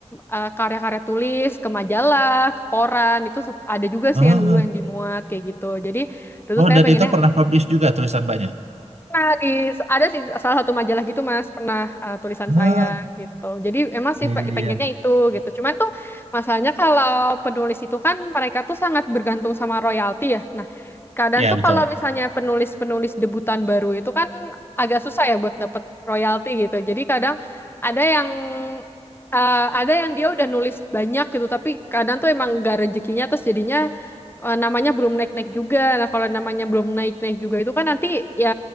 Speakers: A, on the left; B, on the right.
A: eh, karya-karya tulis ke majalah, ke koran itu sep- ada juga
B: Oh,
A: sih yang dulu yang dimuat kayak gitu. Jadi dulu
B: oh
A: saya
B: dan
A: pengennya
B: itu pernah publish juga tulisan Mbaknya.
A: Nah, di ada sih salah satu majalah gitu Mas, pernah eh, tulisan
B: Ah,
A: saya gitu. Jadi emang sih
B: iya
A: pe-
B: iya
A: pengennya
B: iya.
A: itu gitu. Cuman tuh masalahnya kalau penulis itu kan mereka tuh sangat bergantung sama royalti ya. Nah, kadang
B: Iya
A: tuh
B: betul.
A: kalau misalnya penulis-penulis debutan baru itu kan agak susah ya buat dapet royalti gitu. Jadi kadang ada yang eh, ada yang dia udah nulis banyak gitu, tapi kadang tuh emang gak rezekinya terus jadinya eh, namanya belum naik-naik juga. Nah, kalau namanya belum naik-naik juga itu kan nanti ya